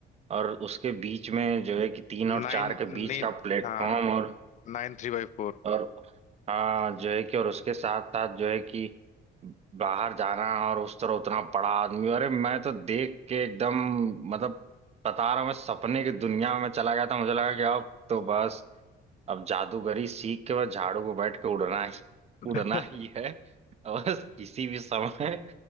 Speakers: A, on the right; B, on the left.
A: और उसके बीच में जो है कि तीन और
B: नाइन
A: चार के
B: नाइन
A: बीच का प्लेटफॉर्म
B: हाँ
A: और
B: नाइन थ्री बाई फोर
A: और हाँ जो है कि और उसके साथ साथ जो है कि बाहर जाना और उस तरह उतना बड़ा आदमी अरे मैं तो देख के एकदम मतलब बता रहा हूँ मैं सपने की दुनिया में चला गया था मुझे लगा कि अब तो बस अब जादूगरी सीख के बस झाड़ू को बैठ के उड़ना ही
B: <laughs>
A: उड़ना ही है और बस किसी भी समय